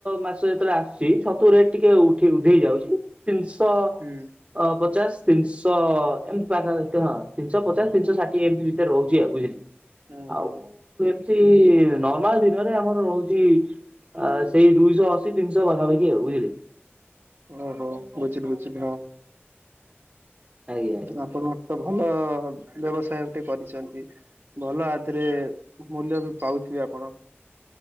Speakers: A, on the right (about 30°); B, on the right (about 55°).
A: ମାସ ଯେତେବେଳେ ଆସୁଛି ଛତୁ ରେଟ ଟିକେ ଉଠି ଉଧେଇ ଯାଉଛି। ତିନିଶ
B: ହୁଁ
A: ଅ ପଚାଶ। ତିନିଶ ଏମତି ପାଖା ହଁ ତିନିଶ ପଚାଶ ତିନିଶହ ଷାଠିଏ ଏମିତି ଭିତରେ ରହୁଛି ଆଉ ବୁଝିଲେ କି।
B: ହୁଁ
A: ଆଉ
B: ହୁଁ।
A: ଏମତି ନର୍ମାଲ ଦିନରେ ଆମର ର ହୁଚି ସେଇ ଦୁଇଶ ଅଶି ତିନିଶ ପାଖାପାଖି ଆଉ ବୁଝିଲେ କି।
B: ଓହୋ ବୁଝିଲି ବୁଝିଲି ହଁ
A: ଆଜ୍ଞା ଆଜ୍ଞା।
B: ଆପଣ। ତ ଭଲ ବ୍ୟବସାୟ ଗୋଟେ କରିଛନ୍ତି ଭଲ ଆଧିଏରେ ମୂଲ୍ୟ ବି ପାଉ ଥିବେ ଆପଣ।